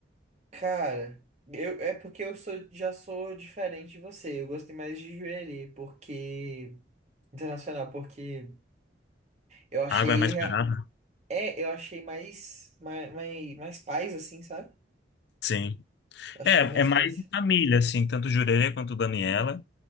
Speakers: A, on the right; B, on the left.
A: Cara, eu, é porque eu sou, já sou diferente de você. Eu gostei mais de Jurerê, porque... Internacional, porque eu achei...
B: A água é mais
A: rea-
B: barata?
A: É, eu achei mais, mais, mais, mais paz, assim, sabe?
B: Sim.
A: Achei
B: É,
A: mais
B: é mais
A: paz.
B: de família, assim, tanto Jureira quanto Daniela.